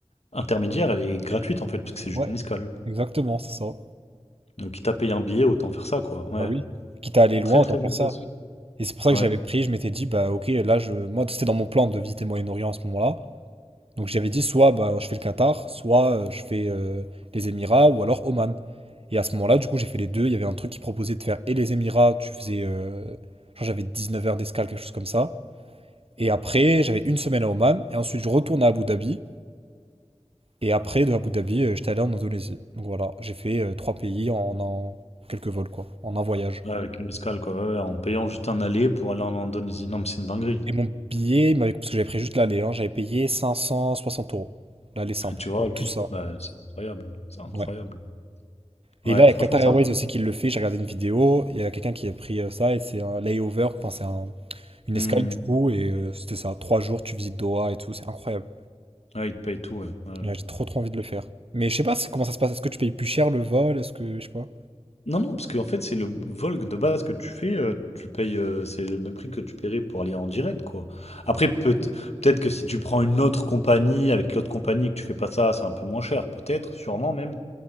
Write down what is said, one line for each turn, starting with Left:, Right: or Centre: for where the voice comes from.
Left: intermédiaire, elle est gratuite, en fait, parce que c'est juste
Right: Ouais,
Left: une escale.
Right: exactement, c'est ça.
Left: Donc quitte à payer un billet, autant faire ça, quoi. Ouais,
Right: Bah oui. Quitte à aller loin,
Left: très, très
Right: autant faire
Left: bonne
Right: ça.
Left: place.
Right: Et c'est pour ça
Left: Ouais,
Right: que j'avais pris, je m'étais dit, bah ok, là, je, moi, c'était dans mon plan de visiter le Moyen-Orient à ce moment-là. Donc j'avais dit, soit bah, je fais le Qatar, soit euh, je fais euh, les Émirats, ou alors Oman. Et à ce moment-là, du coup, j'ai fait les deux. Il y avait un truc qui proposait de faire et les Émirats, tu faisais. euh, je crois que j'avais 19 heures d'escale, quelque chose comme ça. Et après, j'avais une semaine à Oman, et ensuite je retourne à Abu Dhabi. Et après, de Abu Dhabi, euh, j'étais allé en Indonésie. Donc voilà, j'ai fait euh, trois pays en, en quelques vols, quoi, en un voyage.
Left: ouais, avec une escale, quoi. Ouais, ouais, en payant juste un aller pour aller en Indonésie. Non, mais c'est une dinguerie.
Right: Et mon billet, il m'avait- parce que j'avais pris juste l'aller, hein, j'avais payé 560 euros. L'aller simple,
Left: Et tu vois,
Right: pour tout
Left: juste,
Right: ça.
Left: bah, c'est incroyable, c'est incroyable.
Right: Ouais. Et
Left: Ouais,
Right: là, il y
Left: franchement,
Right: a Qatar
Left: c'est
Right: Airways
Left: un truc.
Right: aussi qui le fait. J'ai regardé une vidéo, il y a quelqu'un qui a pris euh, ça, et c'est un layover, enfin, c'est un- une
Left: Mmh.
Right: escale du coup, et euh, c'était ça. Trois jours, tu visites Doha et tout, c'est incroyable.
Left: Ouais, ils te payent tout, ouais. Ouais, ouais.
Right: Ouais, j'ai trop trop envie de le faire. Mais je sais pas c'est- comment ça se passe. Est-ce que tu payes plus cher le vol? Est-ce que, je sais pas.
Left: Non, non, parce qu'en fait, c'est le vol de base que tu fais, euh, tu le payes, euh, c'est le même prix que tu paierais pour aller en direct, quoi. Après, peut- peut-être que si tu prends une autre compagnie, avec l'autre compagnie, que tu fais pas ça, c'est un peu moins cher, peut-être, sûrement même.